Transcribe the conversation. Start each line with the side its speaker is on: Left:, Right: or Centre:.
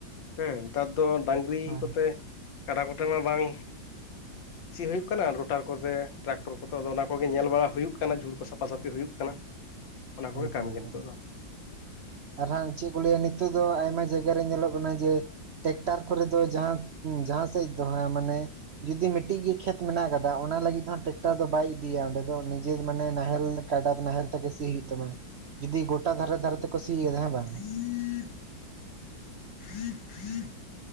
Left: ᱦᱮᱸ ᱱᱮᱛᱟᱨ ᱫᱚ ᱰᱟᱝᱨᱤ
Right: ᱦᱮᱸ
Left: ᱠᱚᱛᱮ ᱠᱟᱰᱟ ᱠᱚᱴᱷᱮᱱ ᱢᱟ ᱵᱟᱝ
Right: <inaudible>
Left: ᱥᱤ ᱦᱩᱭᱩᱜ ᱠᱟᱱᱟ ᱨᱳᱴᱟᱨ ᱠᱚᱛᱮ ᱴᱨᱟᱠᱴᱚᱨ ᱠᱚᱛᱮ ᱟᱫᱚ ᱚᱱᱟ ᱠᱚᱜᱮ ᱧᱮᱞ ᱵᱟᱲᱟ ᱦᱩᱭᱩᱜ ᱠᱟᱱᱟ ᱡᱷᱩᱲ ᱠᱚ ᱥᱟᱯᱷᱟ ᱥᱟᱹᱯᱷᱤ ᱦᱩᱭᱩᱜ ᱠᱟᱱᱟ᱾ ᱚᱱᱟ ᱠᱚᱜᱮ
Right: ᱮᱠᱫᱚᱢ
Left: ᱠᱟᱹᱢᱤ ᱜᱮ
Right: ᱮᱠᱫᱚᱢ
Left: ᱱᱤᱛᱚᱜ ᱫᱚ
Right: ᱟᱨ ᱦᱟᱸᱜ ᱪᱮᱫ ᱠᱚ ᱞᱟᱹᱭᱟ ᱱᱤᱛᱚᱜ ᱫᱚ ᱟᱭᱢᱟ ᱡᱟᱭᱜᱟ ᱨᱮ ᱧᱮᱞᱚᱜ ᱠᱟᱱᱟ ᱡᱮ ᱴᱮᱠᱴᱟᱨ ᱠᱚᱨᱮ ᱫᱚ ᱡᱟᱦᱟᱸ, ᱡᱟᱦᱟᱸ ᱥᱮᱫ <unintelligible> ᱢᱟᱱᱮ ᱡᱩᱫᱤ ᱢᱤᱫᱴᱤᱡ ᱜᱮ ᱠᱷᱮᱛ ᱢᱮᱱᱟᱜ ᱟᱠᱟᱫᱟ ᱚᱱᱟ ᱞᱟᱹᱜᱤᱫ ᱫᱚ ᱦᱟᱸᱜ ᱴᱨᱟᱠᱴᱟᱨ ᱫᱚ ᱵᱟᱭ ᱤᱫᱤᱭᱟ ᱚᱸᱰᱮ ᱫᱚ ᱱᱤᱡᱮᱨ ᱢᱟᱱᱮ ᱱᱟᱦᱮᱞ ᱠᱟᱰᱟ ᱱᱟᱦᱮᱞ ᱛᱮᱜᱮ ᱥᱤ ᱦᱩᱭᱩᱜ ᱛᱟᱢᱟ, ᱡᱩᱫᱤ ᱜᱚᱴᱟ ᱫᱷᱟᱨᱮ ᱫᱷᱟᱨᱮ ᱛᱮᱠᱚ ᱥᱤᱭ ᱠᱟᱫᱟᱢ ᱦᱮᱸ ᱵᱟᱝ᱾
Left: <unintelligible>